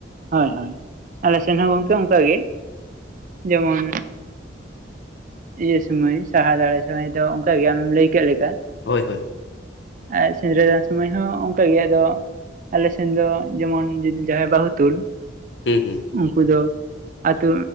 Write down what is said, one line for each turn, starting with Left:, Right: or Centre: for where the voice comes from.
Right: ᱦᱳᱭ ᱦᱳᱭ ᱟᱞᱮ ᱥᱮᱱ ᱦᱚᱸ ᱜᱚᱝᱠᱮ ᱚᱱᱠᱟ ᱜᱮ ᱡᱮᱢᱚᱱ ᱤᱭᱟᱹ ᱥᱩᱢᱚᱭ ᱥᱟᱦᱟᱨ ᱫᱟᱲᱮ ᱥᱚᱢᱚᱭ ᱫᱚ ᱚᱱᱠᱟᱜ ᱜᱮ ᱟᱢᱮᱢ ᱞᱟᱹᱭ ᱠᱮᱫ ᱞᱮᱠᱟ,
Left: ᱦᱳᱭ ᱦᱳᱭ
Right: ᱟᱡ ᱥᱮᱸᱫᱽᱨᱟᱟᱹ ᱫᱟᱱ ᱥᱚᱢᱚᱭ ᱦᱚᱸ ᱚᱱᱠᱟ ᱜᱮ ᱟᱫᱚ ᱟᱞᱮᱥᱮᱱ ᱫᱚ ᱡᱮᱢᱚᱱ ᱡᱫᱤ ᱡᱟᱭ ᱵᱟᱹᱦᱩ ᱛᱩᱞ
Left: ᱦᱩᱸ ᱦᱩᱸ
Right: ᱩᱱᱠᱩ ᱫᱚ ᱟᱛᱳ